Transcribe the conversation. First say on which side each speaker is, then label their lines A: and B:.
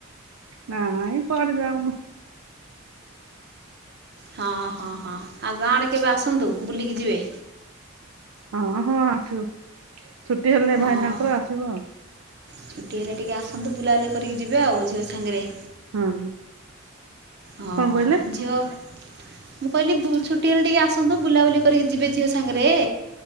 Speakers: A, on the right (about 85°); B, on the right (about 55°).
A: ନାଇ କୁଆଡେ ଯାଉନ।
B: ହଁ, ହଁ, ହଁ ଆଉ ଗାଁଆଡ଼େ କେବେ ଆସନ୍ତୁ, ବୁଲିକି ଯିବେ।
A: ହଁ, ହଁ, ଆସିବୁ ଛୁଟି ହେଲେ
B: ହଁ
A: ଭାଇ ନାଙ୍କର ଆସିବୁ ଆଉ।
B: ଛୁଟି ହେଲେ ଟିକେ ଆସନ୍ତୁ ବୁଲାବୁଲି କରିକି ଯିବେ ଆଉ ଝିଅ ସାଙ୍ଗରେ।
A: ହଁ
B: ହଁ,
A: କଣ କହିଲେ
B: ଝିଅ ମୁଁ କହିଲି ଛୁଟି ହେଲେ ଟିକେ ଆସନ୍ତୁ ବୁଲାବୁଲି କରିକି ଯିବେ ଝିଅ ସାଙ୍ଗରେ।